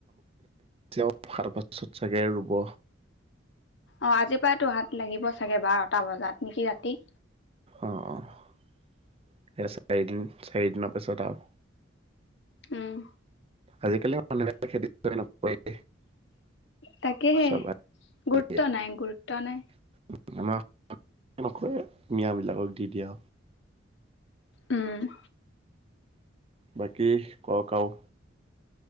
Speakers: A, on the right (about 30°); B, on the left (about 65°).
A: তি খাৰ পাছত চাগে ৰুব
B: অ আজি পৰাই তো হাত লাগিব চাগে বাৰটা বজাত নেকি ৰাতি?
A: অ অ এ চাৰি চাৰিদিনৰ পিছত আৰু
B: উম
A: আজিকালি মানুহে খেতি নপৰে
B: তাকেহে
A: চব আমাৰ
B: গুৰুত্ব নাই গুৰুত্ব নাই
A: নকৰে মিয়াবিলাকক দি দিয়ে
B: উম
A: বাকী ক কওক আৰু